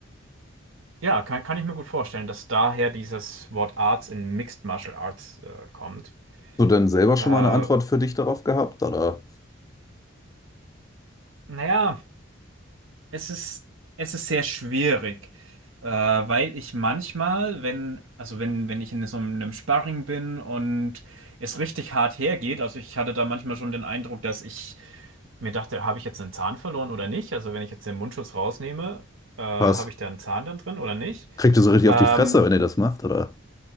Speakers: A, on the right (about 85°); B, on the left (about 20°).
A: ja, kann, kann ich mir gut vorstellen, dass daher dieses Wort Arts in Mixed Martial Arts äh, kommt.
B: Hast du denn selber schon
A: Äh,
B: mal eine Antwort für dich darauf gehabt? Oder
A: naja, es ist, es ist sehr schwierig, äh, weil ich manchmal, wenn, also wenn, wenn ich in so einem Sparring bin und es richtig hart hergeht, also ich hatte da manchmal schon den Eindruck, dass ich mir dachte, habe ich jetzt einen Zahn verloren oder nicht? Also wenn ich jetzt den Mundschutz rausnehme, äh, habe
B: was?
A: ich da einen Zahn dann drin oder nicht?
B: Kriegt ihr so richtig
A: Ähm,
B: auf die Fresse, wenn ihr das macht? Oder?